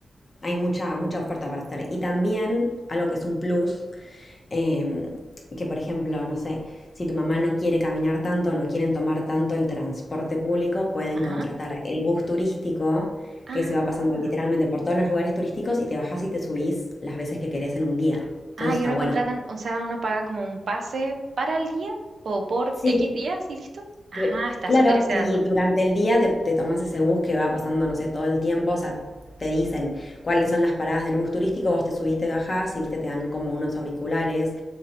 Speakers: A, on the left (about 30°); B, on the right (about 70°).
A: hay mucha, mucha oferta para hacer. Y también algo que es un plus, em, que por ejemplo, no sé, si tu mamá no quiere caminar tanto, no quieren tomar tanto el transporte público, pueden
B: ajá.
A: contratar el bus turístico
B: Ah,
A: que se va pasando literalmente por todos los lugares turísticos y te bajás y te subís las veces que querés en un día. Entonces
B: ah, y
A: está
B: uno
A: bueno.
B: contratan, o sea, uno paga como un pase para el día o por
A: Sí,
B: X días y listo. Ah,
A: Cl-
B: está
A: Claro,
B: súper ese
A: y
B: dato.
A: durante el día te, te tomas ese bus que va pasando, no sé, todo el tiempo, o sea, te dicen cuáles son las paradas del bus turístico, vos te subiste, bajás y viste, te dan como unos auriculares,